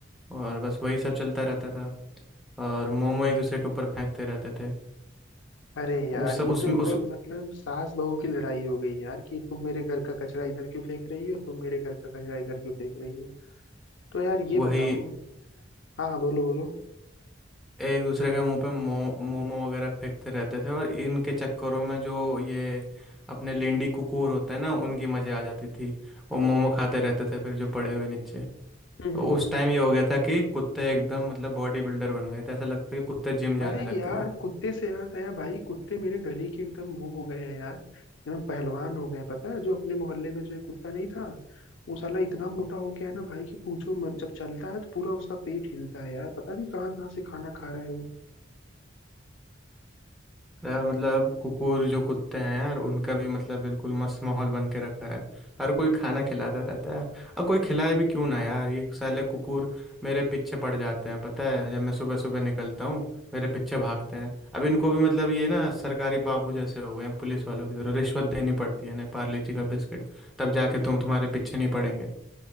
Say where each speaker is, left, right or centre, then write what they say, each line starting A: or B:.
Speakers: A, in the centre; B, on the left.
A: और बस वही सब चलता रहता था और मोमो एक दूसरे के ऊपर फेंकते रहते थे
B: अरे यार
A: उस
B: ये
A: उस
B: तो एकदम
A: उस
B: मतलब सास बहू की लड़ाई हो गई यार कि तुम मेरे घर का कचरा इधर क्यों फेंक रही हो तुम मेरे घर का कचरा इधर क्यों फेंक रही हो तो यार ये
A: वही
B: बताओ हाँ हाँ बोलो बोलो
A: एक दूसरे के मुंह पे मो, मोमो वगैरह फेंकते रहते थे और इनके चक्करों में जो ये अपने लेंडी कुकूर होते हैं ना उनकी मजे आ जाती थी वो मोमो खाते रहते थे फिर जो पड़े हुए नीचे तो
B: हम्म हम्म
A: उस
B: हम्म,
A: टाइम ये हो गया था कि कुत्ते एकदम मतलब बॉडी बिल्डर बन गए थे ऐसा लगता है कि कुत्ते जिम जाने
B: अरे
A: लग
B: यार
A: गए
B: कुत्ते से याद आया भाई कुत्ते मेरे गली के एकदम वो हो गए हैं यार एकदम पहलवान हो गए हैं, पता है जो अपने मोहल्ले में जो एक कुत्ता नहीं था वो साला इतना मोटा हो गया है ना भाई कि पूछो मत जब चलता है तो पूरा उसका पेट हिलता है यार पता नहीं कहाँ कहाँ से खाना खा रहा है वो
A: यार मतलब कुकुर जो कुत्ते हैं यार उनका भी मतलब बिल्कुल मस्त माहौल बन के रखा है हर कोई खाना खिलाता रहता है और कोई खिलाए भी क्यों ना यार ये साले कुकुर मेरे पीछे पड़ जाते हैं पता है जब मैं सुबह सुबह निकलता हूँ मेरे पीछे भागते हैं अब इनको भी मतलब ये ना सरकारी बाबू जैसे हो गए हैं पुलिस वालों की तरह रिश्वत देनी पड़ती है ना पार्ले जी का बिस्किट तब जाके तुम तुम्हारे पीछे नहीं पड़ेंगे